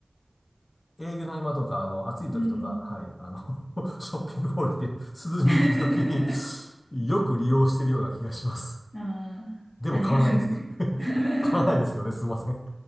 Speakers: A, on the left; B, on the left.
A: <laughs> 営業の合間とか、あの、暑い時とか、
B: うん。
A: はい、あの、<laughs> ショッピングモールで涼みに行く時に
B: <laughs>
A: よく利用してるような気がします。
B: ああ、
A: でも買わないですけど
B: ありがとうございます。<laughs>
A: <laughs> 買わないですけどね、すいません。